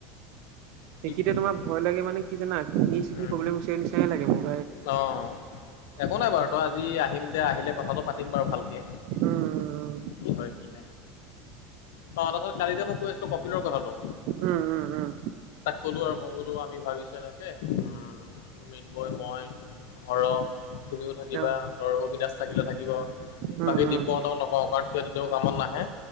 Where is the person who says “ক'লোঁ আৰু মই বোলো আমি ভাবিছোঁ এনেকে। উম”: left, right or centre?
Left